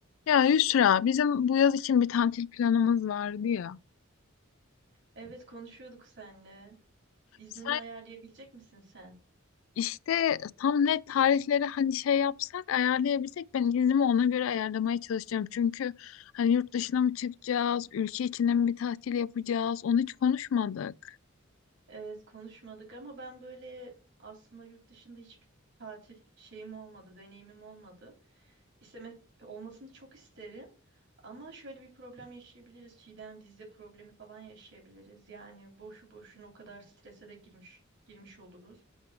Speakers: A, on the left; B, on the right.
A: Ya Yusra, bizim bu yaz için bir tatil planımız vardı ya.
B: Evet konuşuyorduk senle. İznini
A: Sen
B: ayarlayabilecek misin sen?
A: işte tam net tarihleri hani şey yapsak, ayarlayabilsek ben iznimi ona göre ayarlamaya çalışacağım. Çünkü hani yurt dışına mı çıkacağız, ülke içinde mi bir tatil yapacağız, onu hiç konuşmadık.
B: Evet konuşmadık ama ben böyle aslında yurt dışında hiçbir tatil şeyim olmadı, deneyimim olmadı. İsteme olmasını çok isterim. Ama şöyle bir problem yaşayabiliriz. Çiğdem vize problemi falan yaşayabiliriz. Yani boşu boşuna o kadar strese de girmiş girmiş oluruz.